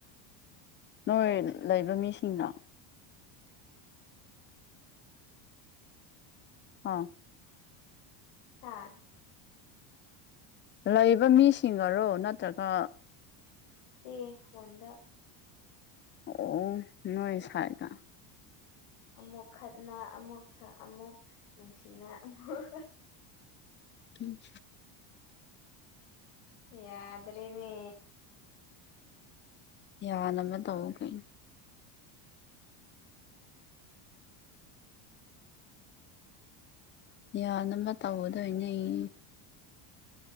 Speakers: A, on the left (about 25°); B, on the left (about 80°).
A: ꯅꯣꯏ ꯂꯩꯕ ꯃꯤꯁꯤꯡꯅ ꯑꯥ
B: ꯍꯥꯥ
A: ꯂꯩꯕ ꯃꯤꯁꯤꯡꯒꯔꯣ ꯅꯠꯇ꯭ꯔꯒ
B: ꯦ ꯍꯗ
A: ꯑꯣ ꯅꯣꯏ ꯁꯥꯏꯒ
B: ꯑꯃꯨꯛ ꯈꯠꯅ ꯑꯃꯨꯛ ꯑꯃꯨꯛ ꯅꯨꯡꯁꯤꯅ ꯑꯃꯨꯛ
A: ꯎꯝ
B: ꯌꯥꯗ꯭ꯔꯅꯤ
A: ꯌꯥꯅ ꯃ ꯇꯕꯨ ꯀꯩꯅꯅ ꯌꯥ ꯑꯃ ꯇꯧꯒꯗꯣꯏꯅꯦ ꯑꯩ